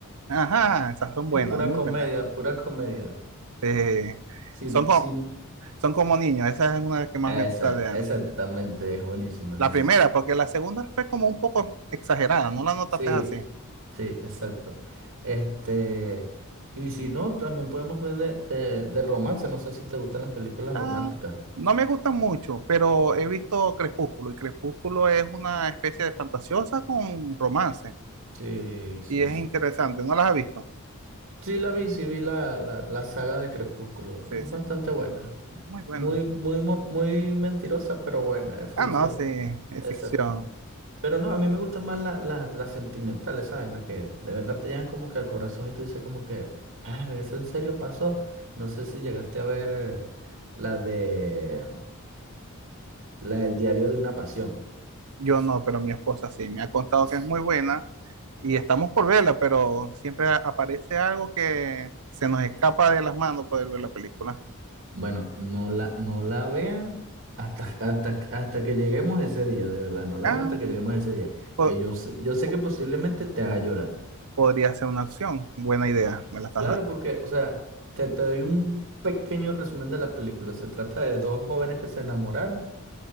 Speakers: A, on the right; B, on the right.
A: Ajá, esas son
B: Sí,
A: buenas,
B: pura
A: muy
B: comedia,
A: buenas.
B: pura comedia.
A: Este,
B: Sin,
A: son, co-
B: sin...
A: son como niños, esa es una de las que más
B: Esa,
A: me gusta de
B: exactamente,
A: él.
B: es buenísimo, es
A: La
B: buenísimo.
A: primera, porque la segunda fue como un poco exagerada, ¿no la notaste
B: Sí,
A: así?
B: sí, exacto. Este, y si no, también podemos ver de, de, de romance. No sé si te gustan las películas
A: Ah,
B: románticas.
A: no me gusta mucho, pero he visto Crepúsculo y Crepúsculo es una especie de fantasiosa con romance
B: Sí, sí.
A: y es interesante. ¿No las has visto?
B: Sí la vi, sí vi la, la, la saga de Crepúsculo.
A: Sí,
B: Es
A: sí,
B: bastante
A: es
B: buena.
A: muy buena.
B: Muy, muy, mo- muy mentirosa, pero buena, es ficción.
A: Ah, no, sí, es
B: Exacto.
A: ficción.
B: Pero no, a mí me gustan más la- la- las sentimentales, ¿sabes? Las que de verdad te llegan como que al corazón y tú dices como que, ah, eso en serio pasó. No sé si llegaste a ver eh, la de, la del diario de una pasión.
A: Yo no, pero mi esposa sí, me ha contado que es muy buena y estamos por verla, pero siempre a- aparece algo que se nos escapa de las manos poder ver la película.
B: Bueno, no la, no la vean hasta, hasta, hasta que lleguemos ese día, de verdad, no la
A: Ah,
B: vean hasta que lleguemos ese día,
A: po-
B: que yo sé, yo sé
A: po-
B: que posiblemente te haga llorar.
A: podría ser una opción, buena idea, me la estás
B: Claro,
A: dando.
B: porque, o sea, te, te doy un pequeño resumen de la película. Se trata de dos jóvenes que se enamoraron